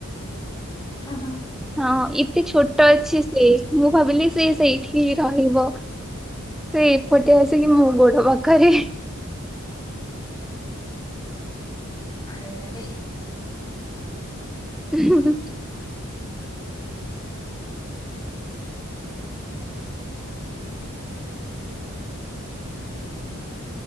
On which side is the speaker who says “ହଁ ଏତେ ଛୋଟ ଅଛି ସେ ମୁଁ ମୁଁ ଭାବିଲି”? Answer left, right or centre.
Centre